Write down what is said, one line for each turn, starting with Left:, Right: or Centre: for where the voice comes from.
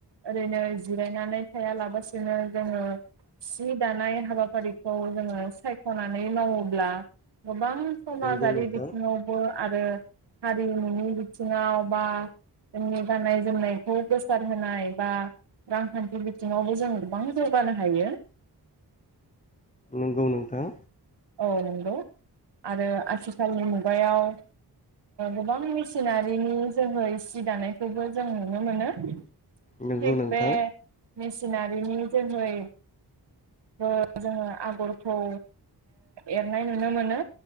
Right: ओरैनो जिरायनानै थाया लाबसिनो जोङो सि दानाय हाबाफारिखौ जोङो सायख'नानै मावो <unintelligible> गोबां समाजारि
Left: नंगौ नोंथां
Right: बिथिङावबो आरो हारिमुनि बिथिङाव बा जोंनि गाननाय जोमनायखौ गोसार होनाय बा रांखान्थि बिथिङावबो जों गोबां जौगानो हायो
Left: नंगौ नोंथां
Right: औ नंगौ आरो आथिखालनि मुगायाव गोबां मेसिनारिनि जोङो सि दानायखौबो जों नुनो मोनो
Left: नोंगौ
Right: थिग
Left: नोंथां
Right: बे मेसिनारिनि जोहै जोङो आगरखौ एरनाय नुनो मोनो